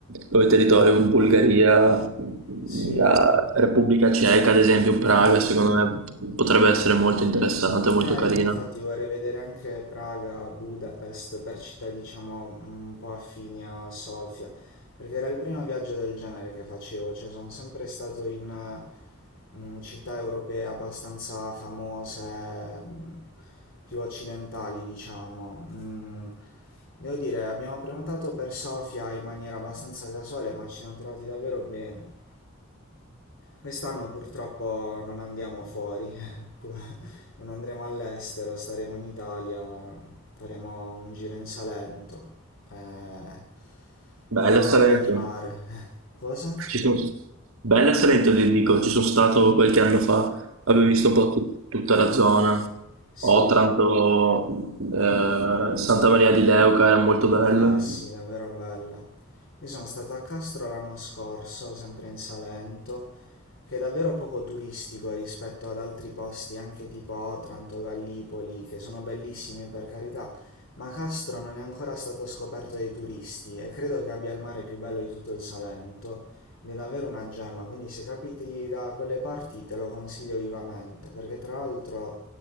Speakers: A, on the right; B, on the left.
A: come territorio, Bulgaria,
B: sì.
A: la Repubblica Ceca, ad esempio Praga,
B: mm. mm.
A: secondo me potrebbe essere molto interessante, molto
B: Eh,
A: carina.
B: io infatti vorrei vedere anche Praga, Budapest, per città diciamo un po' affini a Sofia, perché era il primo viaggio del genere che facevo, cioè sono sempre stato in eh, mm, città europee abbastanza famose, mm, più occidentali diciamo. Mm, Devo dire, abbiamo prenotato per Sofia in maniera abbastanza casuale, ma ci siamo trovati davvero bene. Quest'anno purtroppo non andiamo fuori, <laughs> pu- non andremo all'estero, staremo in Italia, faremo un giro in Salento. eh,
A: Bella
B: abbiamo
A: Salento.
B: voglia di mare. <laughs> Cosa?
A: Ci son bella Salento ti dico, ci sono stato qualche anno fa, abbiamo
B: Mm, mm.
A: visto un po' tut- tutta la zona,
B: Sì,
A: Otranto, eh, Santa Maria di Leuca era molto bella.
B: Eh sì, davvero bella. Io sono stato a Castro l'anno scorso, sempre in Salento, che è davvero poco turistico rispetto ad altri posti, anche tipo Otranto, Gallipoli, che sono bellissimi per carità, ma Castro non è ancora stato scoperto dai turisti e credo che abbia il mare più bello di tutto il Salento. Ed è davvero una gemma, quindi se capiti da quelle parti te lo consiglio vivamente, perché tra l'altro